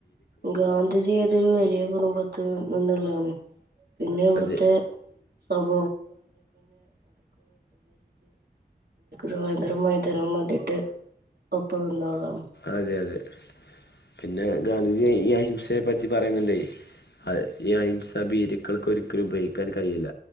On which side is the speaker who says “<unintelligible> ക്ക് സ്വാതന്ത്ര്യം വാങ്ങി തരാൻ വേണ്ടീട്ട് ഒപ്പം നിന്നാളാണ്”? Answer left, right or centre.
Right